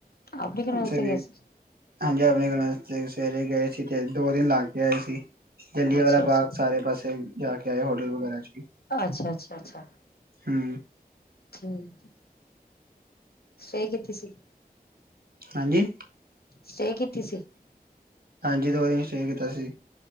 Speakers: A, on the left; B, on the right.
A: ਆਪਣੀ ਕਨਵੈਂਸ
B: ਅੱਛਾ
A: ਤੇ
B: ਜੀ।
A: ਗਏ ਸੀ
B: ਹਾਂਜੀ, ਅਗਲੇ ਦਿਨ ਅਸੀਂ ਸਵੇਰੇ ਗਏ ਸੀ। ਤੇ ਦੋ ਦਿਨ ਲਾ ਕੇ ਆਏ ਸੀ। ਜਲਿਆਂਵਾਲਾ
A: ਅੱਛਾ ਅੱਛਾ
B: ਬਾਗ਼ ਸਾਰੇ ਪਾਸੇ, ਜਾ ਕੇ ਆਏ ਹੋਟਲ ਵਗੈਰਾ 'ਚ ਵੀ।
A: ਅੱਛਾ, ਅੱਛਾ, ਅੱਛਾ।
B: ਹੂੰ।
A: ਹੂੰ, ਸਹੀ ਕੀਤੀ ਸੀ।
B: ਹਾਂਜੀ
A: ਸਟੇਅ ਕੀਤੀ ਸੀ।
B: ਹਾਂਜੀ, ਦੋ ਦਿਨ ਸਟੇਅ ਕੀਤਾ ਸੀ।